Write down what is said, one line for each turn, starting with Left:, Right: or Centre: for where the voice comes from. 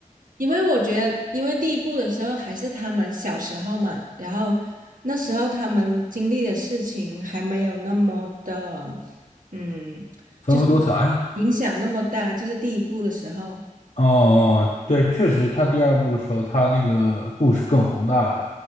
Right: 因为我觉得，因为第一部的时候还是他们小时候嘛，然后那时候他们经历的事情还没有那么的，嗯，
Left: 丰富多彩？
Right: 就是影响那么大，就是第一部的时候，
Left: 哦哦，对，确实，他第二部的时候，他那个故事更宏大了。